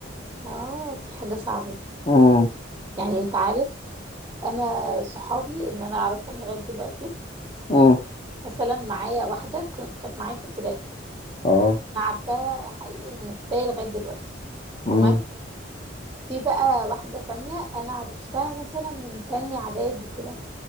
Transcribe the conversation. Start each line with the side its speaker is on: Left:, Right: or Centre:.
Right: اه دي حاجة صعبة
Left: امم
Right: يعني انت عارف أنا صحابي اللي أنا أعرفهم لغاية دلوقتي
Left: امم
Right: مثلا معايا واحدة كن- كانت معايا في ابتدائي
Left: اه
Right: أنا عارفاها حقيقي من ابتدائي لغاية دلوقتي
Left: امم
Right: تمام في بقى واحدة تانية أنا عرفتها مثلا من تانية إعدادي كده